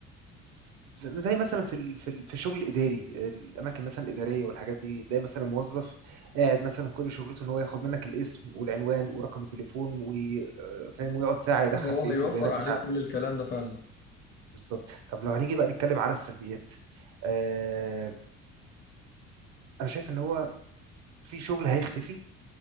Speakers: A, on the right; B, on the left.
A: زي مثلا في ال- في ال- في الشغل الاداري الاماكن مثلا الاداريه والحاجات دي تلاقي مثلا موظف قاعد مثلا كل شغلته ان هو ياخد منك الاسم والعنوان ورقم التليفون وفاهم ويقعد ساعه يدخل
B: آه، هو
A: في ايه
B: هيوفر
A: في البيانات
B: عليك
A: بتاعتك
B: كل الكلام ده فعلا
A: بالظبط طب لو هنيجي بقى نتكلم على السلبيات آه، انا شايف ان هو في شغل هيختفي